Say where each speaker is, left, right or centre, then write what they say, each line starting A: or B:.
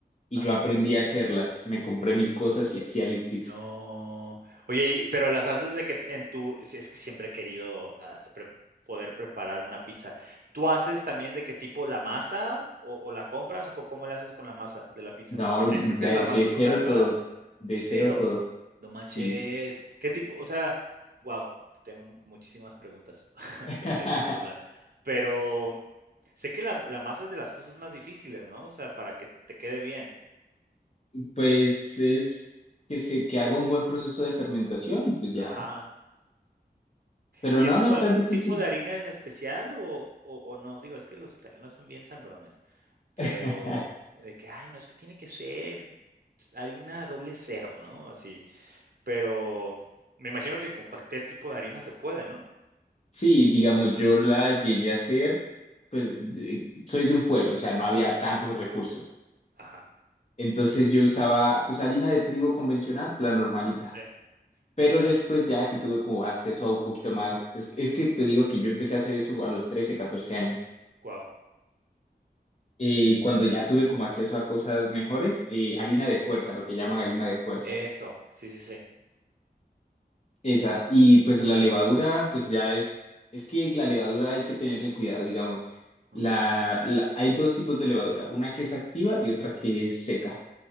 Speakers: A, on the left (about 40°); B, on the right (about 60°).
A: y
B: ajá.
A: yo aprendí a hacerlas. Me compré mis cosas y hacía mis pizzas.
B: No. Oye, y pero las haces de que en tu sí, es que siempre he querido, ah, pre poder preparar una pizza. ¿Tú haces también de qué tipo la masa o o la compras, o co- cómo le haces con la masa de la pizza?
A: No,
B: Porque creo que
A: de,
B: es la más
A: de
B: importante,
A: cero todo,
B: ¿verdad?
A: de
B: ¿De cero?
A: cero todo,
B: No manches.
A: sí.
B: ¿Qué tipo? O sea, wow. tengo muchísimas preguntas. <laughs>
A: <laughs>
B: Me tengo que controlar. Pero sé que la la masa es de las cosas más difíciles, ¿no? O sea, para que te quede bien.
A: Pues es que se, que haga un buen proceso de fermentación y pues ya.
B: Ajá.
A: Pero
B: ¿Y
A: no,
B: es como
A: no es
B: algún
A: tan difícil.
B: tipo de harina en especial o o o no? Digo, es que los italianos son bien sangrones, pero
A: <laughs>
B: de que: "Ay, no, es que tiene que ser harina doble cero", ¿no? Así, pero me imagino que con cualquier tipo de harina se puede, ¿no?
A: Sí, digamos, yo la llegué a hacer, pues de- soy de un pueblo, o sea, no había tantos recursos.
B: Ajá,
A: Entonces yo usaba pues harina de trigo convencional, la normalita.
B: sí,
A: Pero
B: ya,
A: después ya que tuve como acceso a un poquito más, es, es que te digo que yo empecé a hacer eso a los 13, 14 años.
B: guau.
A: Eh, cuando ya tuve como acceso a cosas mejores, eh, harina de fuerza, lo que llaman harina de fuerza,
B: Eso, sí, sí, sí.
A: esa. Y pues la levadura, pues ya es, es que la levadura hay que tenerle cuidado, digamos. La,
B: Mm, ya,
A: la- hay dos tipos de levadura, una que es activa y otra que es seca.